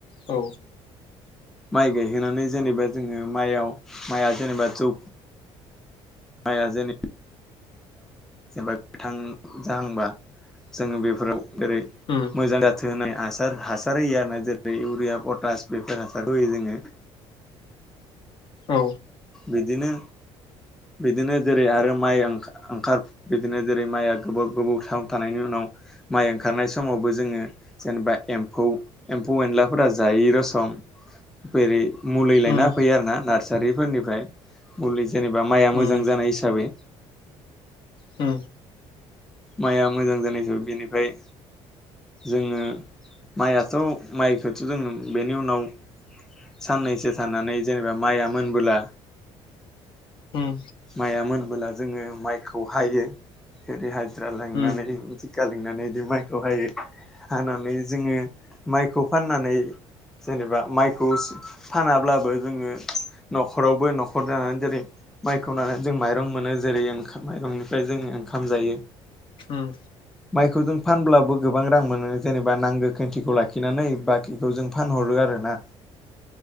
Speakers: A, on the left; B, in the centre.
A: औ
B: माइ गायहोनानै जेनेबा जोङो माइयाव माइआ जेनेबा जौ। माइआ जेनब जेनेबा गोथां जाहांबा जोङो बेफोराव जेरै
A: उम
B: मोजां जाथो होनाय हासार हासार होयो आरो ना जेरै इउरिया पटास बेफोर हासार होयो जोङो
A: औ
B: बिदिनो। बिदिनो जेरै आरो माइ ओंखार बिदिनो जेरै माइआ गोबाव गोबाव समाव थानायनि उनाव माइ ओंखारनाय समावबो जोङो जेनेबा एम्फौ एम्फौ एनलाफोरा जायै रसम जेरै मुलि लायना
A: उम
B: हो फैयो आरो ना नार्सारिफोरनिफ्राय मुलि जेनेबा माइआ
A: उम
B: मोजां। मोजां जानाय हिसाबै
A: उम
B: माइआ मोजां जानाय हिसाबै बेनिफ्राय जोङो माइयाथ' माइखौथ' जो बेनि उनाव साननैसो थानानै जेनेबा माइआ मोनबोला
A: उम उम औ उम
B: माइआ मोनबोला जोङो माइखौ हायो ओरै हाजिरा लनानै
A: उम
B: दिखा लिंनानै बिदि माइखौ हायो हानानै जोङो माइखौ फाननानै जेनेबा माइखौ खौ फानाब्लाबो जोङो न'खरावबो न'खर जानानै जेरै माइखौ नानानै जों माइरं मोनो जेरै ओं माइरंनिफ्राय जों ओंखाम जायो।
A: उम।
B: माइखौ जों फानब्लाबो गोबां रां मोनो जेनेबा नांगो खन्थिखौ लाखिनानै बाखिखौ जों फानहरो आर ना।